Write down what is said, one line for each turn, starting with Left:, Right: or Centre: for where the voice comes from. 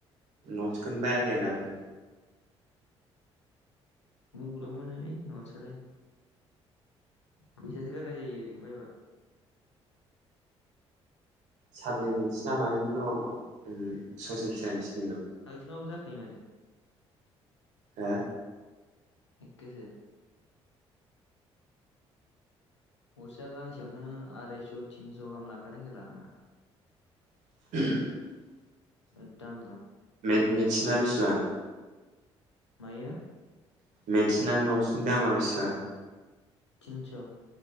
Right: न'थसखोन बायाखै दाबो
Left: मगल मोनोलै नटसालाय फैसासो गार नाय जायो ओरैनो बायबा
Right: साबजेक्ट मोनसै नामानिनो दंनाव ससियेल साइन्सनि
Left: साजेसनानो जाखायो माथो
Right: हा
Left: एखेसो गस्सेया गांसेयावनो आरायस' थिनस' गाहाम लाखानाय खेला आंना
Right: <inaudible>
Left: एदाम दाम
Right: मेसिना बेसेबां
Left: मया
Right: मेटसना नटसनि दामा बेसेबां?
Left: टिनस'